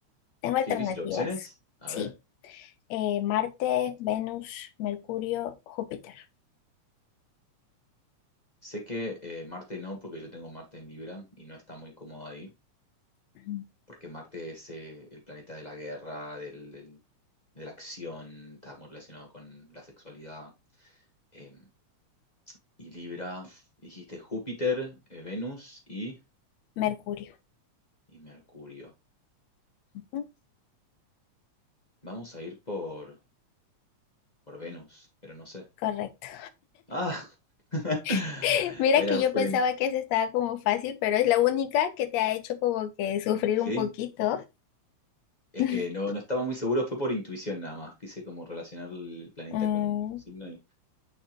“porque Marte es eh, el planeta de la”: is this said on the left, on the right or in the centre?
Left